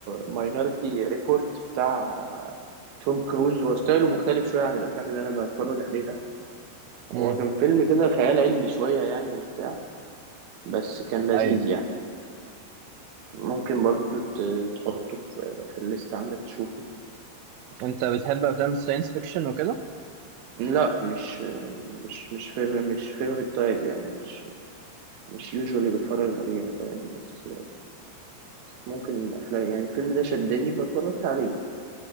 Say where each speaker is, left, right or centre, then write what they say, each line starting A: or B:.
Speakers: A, on the right (about 70°); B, on the right (about 85°).
A: ماينورتي ريبورت بتاع آه، توم كروز هو ستايله مختلف شويه عن الافلام اللي انا بتفرج عليها
B: امم
A: هو كان فيلم كده خيال علمي شويه يعني وبتاع بس كان لذيذ
B: ايوه
A: يعني ممكن برضو ت- تحطه في في الليست عندك تشوفه
B: انت بتحب افلام الساينس فيكشن وكده
A: لا مش مش مش favorite- مش فيفورت تايب يعني مش مش يوجوالي بتفرج عليها فاهم بس ممكن افلام يعني الفيلم ده شدني فاتفرجت عليه